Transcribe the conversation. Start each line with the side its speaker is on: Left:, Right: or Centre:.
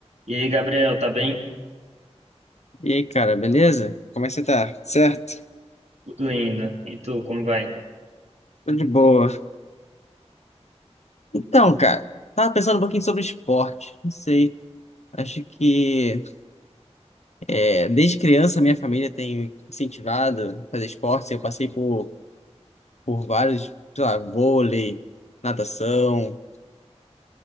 Right: E aí, Gabriel, tá bem?
Left: E aí, cara, beleza? Como é que você tá? Certo?
Right: Tudo ainda. E tu, como vai?
Left: Tô de boa. Então, cara, tava pensando um pouquinho sobre esporte. Não sei. Acho que é, desde criança minha família tem incentivado a fazer esporte. Eu passei por, por vários, sei lá, vôlei, natação,